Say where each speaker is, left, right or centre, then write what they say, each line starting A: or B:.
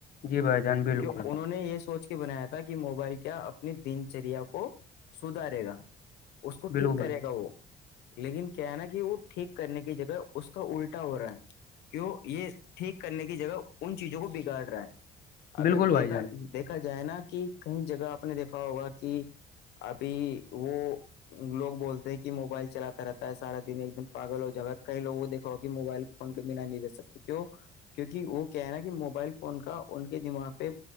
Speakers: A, on the left; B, on the left.
A: جی بھائی جان بالکل
B: کی انہوں نے یہ سوچا- بنایا تھا کہ موبائل کیا اپنی دنچریا کو سدھارے گا- اس کو
A: بالکل
B: ٹھیک کرے گا وہ- لیکن کیا ہے نا کہ وہ ٹھیک کرنے کی جگہ اس کا الٹا ہو رہا ہے- کیوں یہ ٹھیک کرنے کی جگہ ان چیزوں کو بگاڑ رہا ہے
A: بالکل
B: اگر
A: بھائی
B: دیکھا-
A: جان
B: دیکھا جائے نا کہ کیں جگہ آپ نے دیکھا ہوگا کہ ابھی وہ- لوگ بولتے ہیں کہ موبائل چلاتا رہتا ہے سارا دن ایک دن پاگل ہو جا کئی لووں کو دیکھا ہوگ کہ موبائل- ف کے بنا نہیں دے سکتے کیوں- کیونکہ وہ کہہ رہا ہے کہ موبائل فون کا ان کے دماغ پہ